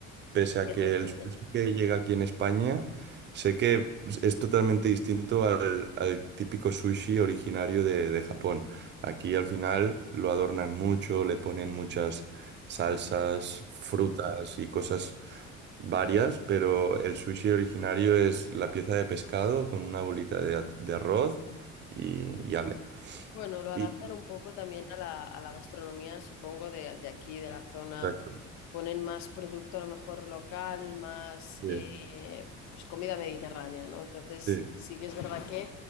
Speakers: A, on the right (about 40°); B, on the left (about 70°).
A: Pese a
B: Sí,
A: que
B: a mí también.
A: el sushi que llega aquí en España, sé que es totalmente distinto al, al típico sushi originario de, de Japón. Aquí al final lo adornan mucho, le ponen muchas salsas, frutas y cosas varias, pero el sushi originario es la pieza de pescado con una bolita de, at- de arroz y, y ale.
B: Bueno, lo adaptan
A: Y-
B: un poco también a la, a la gastronomía, supongo, de, de aquí, de la zona.
A: Exacto.
B: Ponen más producto a lo mejor local, más
A: Sí,
B: eh, pues comida mediterránea, ¿no? Entonces
A: sí.
B: sí que es verdad que